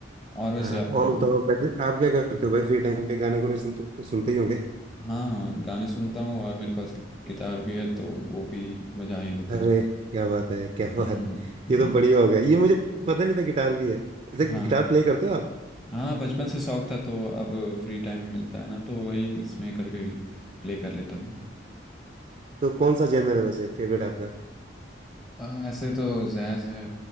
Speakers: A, on the left; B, on the right.
A: और वैसे
B: हाँ
A: आपको
B: और बताओ पहले आप क्या करते हो भाई फ्री टाइम पे गाने गुने सुन तो सुनते ही होंगे
A: हाँ हाँ गाने सुनता हूँ और मेरे पास गिटार भी है तो वो भी बजा ही लेता
B: अरे
A: हूँ
B: क्या बात है क्या बात
A: हम्म
B: है
A: हम्म,
B: ये तो बढ़िया हो गया ये मुझे पता नहीं था गिटार भी है ऐसे
A: हाँ
B: गिटार प्ले करते हो आप
A: हाँ बचपन से शौक था तो अब फ्री टाइम मिलता है ना तो वही उसमें कभी कभी प्ले कर लेता हूँ
B: तो कौन सा जेनर है वैसे फेवरेट आपका
A: आ, ऐसे तो जैज़ है